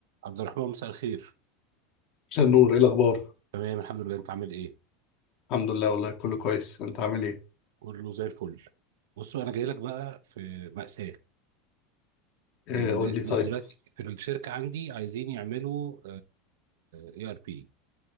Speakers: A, on the right; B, on the left.
A: عبد الرحمن مساء الخير
B: عشان نور ايه الاخبار
A: تمام الحمد لله انت عامل ايه
B: الحمد لله والله كله كويس انت عامل ايه
A: كله زي الفل بصوا انا جاي لك بقى في مأساة
B: إيه
A: ال-
B: قول لي طيب
A: د- دلوقتي في الشركة عندي عايزين يعملوا اي ار بي